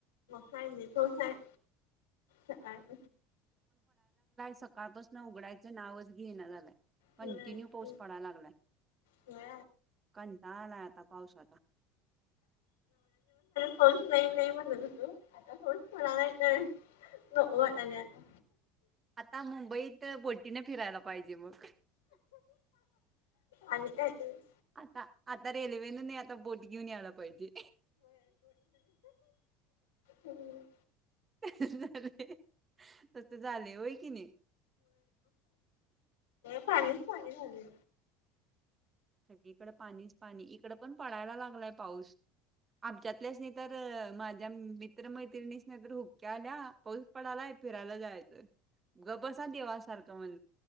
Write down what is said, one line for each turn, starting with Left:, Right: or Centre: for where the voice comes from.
Left: खय मठो खय <unintelligible>
Right: सकाळ पासन उघडायचं नावच घे ना झाला. कंटिन्यू
Left: होय
Right: पाऊस
Left: तेच
Right: पडा लागलाय.
Left: होय
Right: कंटाला आता पावसा आचा
Left: होस नाही नाही म्हणून तू आता फस म्हणाला तर नको वाटालय आता
Right: आता मुंबईत ब तिने फिरायला पाहिजे मग
Left: आणिम कायेत <inaudible>
Right: आता आता रेल्वेन नाही आता बोट घेऊन यायला पाहिजे.
Left: हम्म.
Right: र <unintelligible> त झाले होय की नाही.
Left: चाले ले झाले.
Right: इकड पाणीच पाणी इकड पण पडायला लागलाय पाऊस आमच्यातल्याच नाही तर माझ्या मित्रमैत्रिणीच नाही तर, क न पाऊस पडालाय फिरायला जायचं ग बस देवा सारखं म्हण